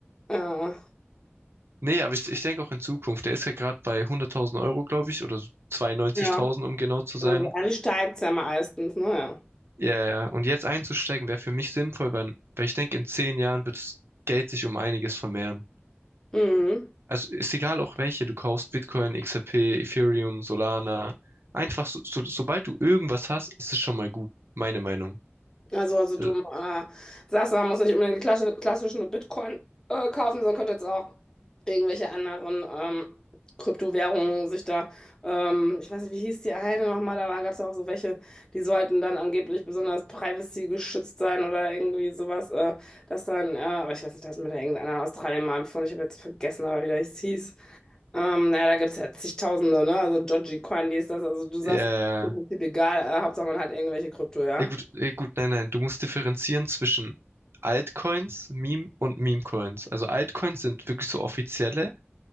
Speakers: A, on the left (about 15°); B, on the right (about 65°).
A: äh,
B: Nee, aber ich, ich denke auch in Zukunft. Der ist ja gerade bei hunderttausend Euro, glaube ich, oder so 92.000,
A: ja,
B: um genau zu sein.
A: also eigentlich steigt es ja meistens, naja.
B: Ja, ja. ja. und jetzt einzusteigen wäre für mich sinnvoll, weil, weil ich denke, in zehn Jahren wird das Geld sich um einiges vermehren.
A: Mhm.
B: Also ist egal auch welche, du kaufst Bitcoin, XRP, Ethereum, Solana. Einfach, so, so, sobald du irgendwas hast, ist es schon mal gut, meine Meinung.
A: Also, also du
B: Also,
A: äh, sagst, man muss nicht unbedingt die klassische, klassischen nur Bitcoin äh, kaufen, sondern könnte jetzt auch irgendwelche anderen ähm, Kryptowährungen sich da, ähm, ich weiß nicht, wie hieß die eine nochmal, da gab es auch so welche, die sollten dann angeblich besonders privacy geschützt sein oder irgendwie sowas, äh, dass dann, äh, aber ich weiß nicht, das hat mir da irgendeiner aus Australien mal empfohlen, ich habe jetzt vergessen, aber wie das hieß. Ähm, naja, da gibt es ja zigtausende, ne? Also Dogecoin, die ist das, also du sagst,
B: ja, ja,
A: im Prinzip egal, äh, Hauptsache man hat irgendwelche Krypto, ja?
B: ja, gut, ja, gut, nein, nein, du musst differenzieren zwischen Altcoins, Meme und Meme-Coins. Also Altcoins sind wirklich so offizielle.